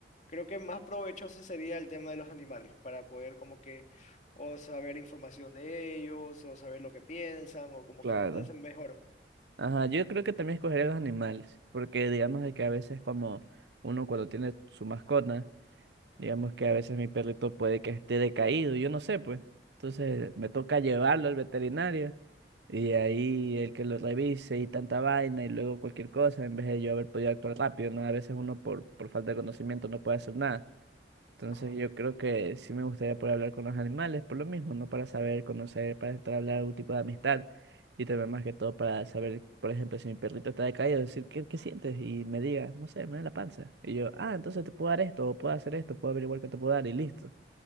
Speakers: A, on the left; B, on the right.
A: creo que más provechoso sería el tema de los animales para poder como que o saber información de ellos, o saber lo que piensan, o como
B: Claro.
A: que entenderse mejor.
B: Ajá, yo creo que también escogería los animales, porque digamos de que a veces como uno cuando tiene su mascota, Digamos que a veces mi perrito puede que esté decaído, yo no sé, pues. Entonces me toca llevarlo al veterinario y ahí el que lo revise y tanta vaina y luego cualquier cosa, en vez de yo haber podido actuar rápido, ¿no? A veces uno por, por falta de conocimiento no puede hacer nada. Entonces
A: Ajá.
B: yo creo que sí me gustaría poder hablar con los animales, por lo mismo, ¿no? Para saber, conocer, para entablar algún tipo de amistad. Y también más que todo para saber, por ejemplo, si mi perrito está decaído, decir, ¿qué, qué sientes? Y me diga, no sé, me duele la panza. Y yo, ah, entonces te puedo dar esto, o puedo hacer esto, puedo averiguar qué te puedo dar y listo.